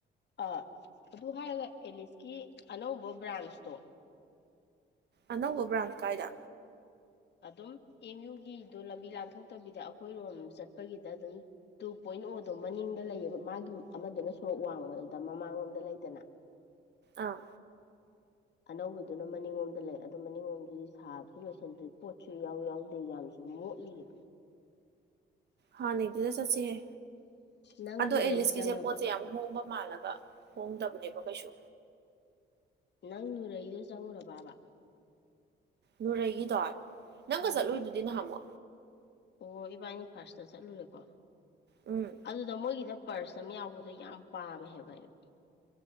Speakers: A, on the left (about 60°); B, on the right (about 60°).
A: ꯑꯥ ꯑꯗꯨ ꯍꯥꯏꯔꯒ ꯑꯦꯂꯤꯁꯀꯤ ꯑꯅꯧꯕ ꯕ꯭ꯔꯥꯟꯁꯇꯣ <inaudible>
B: ꯑꯅꯧꯕ ꯕ꯭ꯔꯥꯟꯁ ꯀꯥꯏꯗ
A: ꯑꯗꯨꯝ ꯑꯦꯝꯌꯨ ꯒꯤꯗꯣ ꯂꯝꯕꯤ ꯂꯥꯟꯊꯣꯛꯇꯕꯤꯗꯥ ꯈꯣꯏꯔꯣꯝ ꯆꯠꯄꯒꯤꯗ ꯑꯗꯨꯝ ꯇꯨ ꯄꯣꯏꯟ ꯑꯣꯗꯣ ꯃꯅꯤꯡꯗ ꯂꯩꯌꯦꯕ ꯃꯥꯒꯤ ꯑꯃꯗꯨꯅ ꯁꯣꯔꯣꯛ ꯋꯥꯡꯃ ꯗꯗ ꯃꯃꯥꯡꯂꯣꯝꯗ ꯂꯩꯗꯅ
B: ꯑꯥ
A: ꯑꯅꯧꯕꯗꯨꯅ ꯃꯅꯤꯡꯂꯣꯝꯗ ꯂꯩ ꯑꯗꯨ ꯃꯅꯤꯡꯂꯣꯝꯒꯤꯗꯤ ꯁꯥꯕꯁꯨ ꯂꯣꯏꯁꯤꯟꯗ꯭ꯔꯤ ꯄꯣꯠꯁꯨ ꯌꯥꯎ ꯌꯥꯎꯗꯦ ꯌꯥꯝ ꯃꯣꯠꯂꯤꯕ
B: ꯍꯥꯟꯅꯩꯗꯨꯗ ꯆꯠꯁꯦꯍꯦ
A: ꯅꯪ
B: ꯑꯗꯣ
A: ꯅꯨꯔꯩ
B: ꯑꯦꯂꯤꯁꯀꯤꯁꯦ
A: ꯆꯪꯉꯕꯣ
B: ꯄꯣꯠꯁꯦ ꯌꯥꯝ ꯍꯣꯡꯕ ꯃꯥꯜꯂꯒ ꯍꯣꯡꯗꯕꯅꯦꯕ ꯀꯩꯁꯨ
A: ꯅꯪ ꯅꯨꯨꯔꯩꯗꯨ ꯆꯪꯉꯨꯔꯕꯕ
B: ꯅꯨꯔꯩꯒꯤꯗꯣ ꯅꯪꯒ
A: ꯎꯝ
B: ꯆꯠꯂꯨꯏꯗꯨꯗꯤ ꯅꯍꯥꯝꯃꯣ
A: ꯑꯣ ꯏꯕꯥꯅꯤ ꯐꯥꯔꯁꯇ ꯆꯠꯂꯨꯔꯦꯀꯣ
B: ꯎꯝ
A: ꯑꯗꯨꯗ ꯃꯣꯏꯒꯤꯗ ꯄꯔꯁ ꯑꯃ ꯌꯥꯎꯕꯗꯣ ꯌꯥꯝ ꯄꯥꯝꯃꯦ ꯍꯥꯏꯕ ꯑꯩ